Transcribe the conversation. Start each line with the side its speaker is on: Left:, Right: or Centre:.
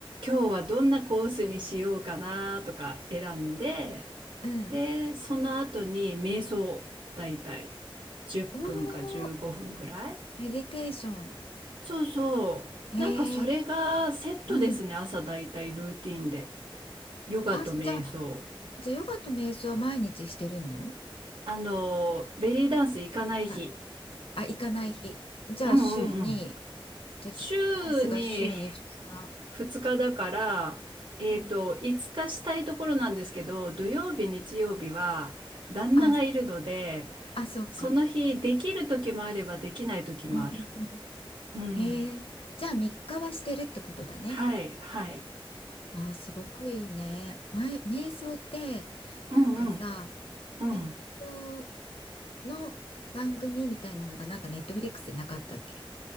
Right: 今日はどんなコースにしようかなとか選んで、
Left: うん。
Right: で、その後に瞑想、だいたい10分か15分ぐらい。
Left: おー、メディテーション。
Right: そうそう。
Left: へえ、
Right: なんかそれがセットですね、
Left: うん。
Right: 朝だいたいルーティンで。ヨガと瞑想。
Left: あ、じゃあ、じゃあヨガと瞑想は毎日してるの
Right: あの、ベリーダンス行かない日。
Left: すごいあ、行かない日。じゃあ、
Right: うんうんうん。
Left: 週に、じゃあ、
Right: 週に
Left: ペリカンスが週に2日。
Right: 2日だから、えっと、
Left: うん。
Right: 5日したいところなんですけど、土曜日、日曜日は旦那がいるので、
Left: あ、あ、そうか。
Right: その日できる時もあればできない時もある。
Left: うん、うん、うん。
Right: うん。
Left: へえ、じゃあ、3日はしてるってことだね。
Right: はい、はい。
Left: ああ、すごくいいね。前、瞑想って、
Right: うんうん。
Left: なんかさ、
Right: うん。
Left: 瞑想の番組みたいなのが、なんかネットフリックスでなかったっけ